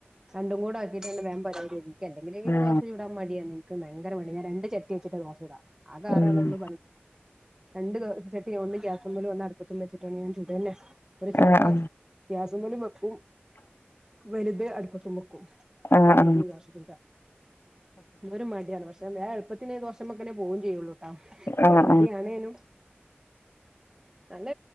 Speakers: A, on the right (about 15°); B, on the left (about 65°).
A: രണ്ടും കൂടി ആക്കിയിട്ടാണ്ട് വേഗം പരിപാടി കഴിയും. എനിക്ക് അല്ലെങ്കിലെ
B: ആ
A: ദോശ ചൂടാൻ മടിയാ. ഭയങ്കര മടിയാ ഞാൻ രണ്ട് ചട്ടി വച്ചിട്ട് നോക്കിയതാ. ആകേ ആറാളെ
B: ഉം.
A: ഉള്ളൂ രണ്ട് ചട്ടി ഒന്ന് ഗ്യാസ്മലും ഒന്ന് അടുപ്പത്തും വെച്ചിട്ടാണ് ഞാൻ ചുടന്നെ ഒരു ചെറുത്
B: ആ ആ ആ
A: ഗ്യാസ്മ്മലും വെക്കും. വലുത് അടുപ്പത്തും വെക്കും. അങ്ങനെ
B: ആ ആ ആ
A: ഞാൻ ദോശ ചുടുക. ഇവര് മടിയാണ്. പക്ഷേ ഞാൻ എളുപ്പത്തിന് ദോശ മേത്തന്നെ പോകയും ചെയ്യുള്ളൂ ട്ടാ.
B: ആ ആ.
A: മടിയാണേനും നല്ല